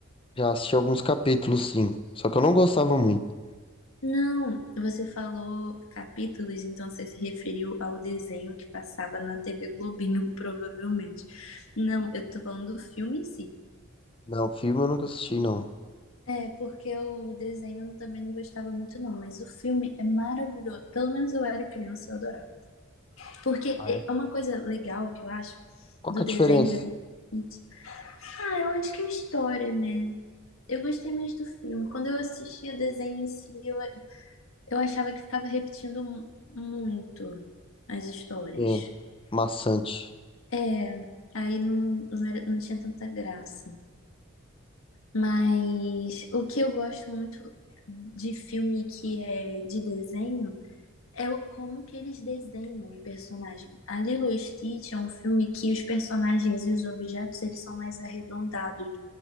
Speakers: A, on the left; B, on the left.
A: Já assisti alguns capítulos, sim. Só que eu não gostava muito.
B: Não, você falou capítulos, então você se referiu ao desenho que passava na TV Globinho, <laughs> provavelmente. Não, eu tô falando do filme em si.
A: Não, filme eu nunca assisti, não.
B: É, porque o desenho eu também não gostava muito, não, mas o filme é maravilhoso. Pelo menos eu era criança, eu adorava. Porque
A: Ah,
B: é
A: é?
B: uma coisa legal que eu acho
A: Qual
B: do
A: que é
B: desenho
A: a diferença?
B: da Liga da Peach. Ah, eu acho que é a história, né? Eu gostei mais do filme. Quando eu assistia o desenho em si, eu, eu achava que ficava repetindo mu- muito as histórias.
A: Entendo. Maçante.
B: É, aí não, não, era, não tinha tanta graça. Mas o que eu gosto muito de filme que é de desenho é o- como que eles desenham o personagem. A Lilo e Stitch é um filme que os personagens e os objetos eles são mais arredondados.